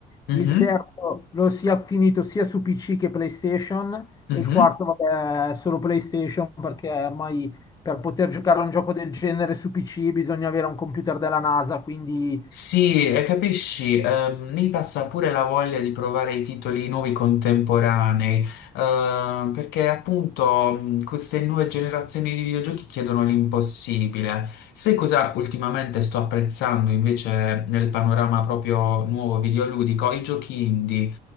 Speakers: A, on the left; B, on the left.
A: mhm,
B: il terzo l'ho sia finito sia su PC che PlayStation
A: mhm.
B: e il quarto, vabbè, solo PlayStation perché ormai per poter giocare a un gioco del genere su PC bisogna avere un computer della NASA, quindi
A: Sì, e capisci, ehm, mi passa pure la voglia di provare i titoli nuovi contemporanei, eh, perché appunto mh, queste nuove generazioni di videogiochi chiedono l'impossibile. Sai cosa ultimamente sto apprezzando invece nel panorama proprio nuovo videoludico? I giochi indie.